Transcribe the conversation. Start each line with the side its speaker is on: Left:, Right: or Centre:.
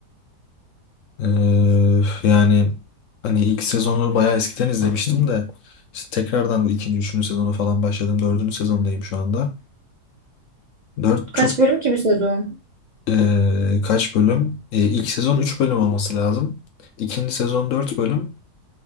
Left: Ee, yani hani ilk sezonu bayağı eskiden izlemiştim de işte tekrardan bu ikinci, üçüncü sezonu falan başladım. Dördüncü sezondayım şu anda. Dört
Right: Kaç
Left: çok
Right: bölüm ki bir sezon?
Left: ee, kaç bölüm? Ee, ilk sezon 3 bölüm olması lazım. İkinci sezon 4 bölüm.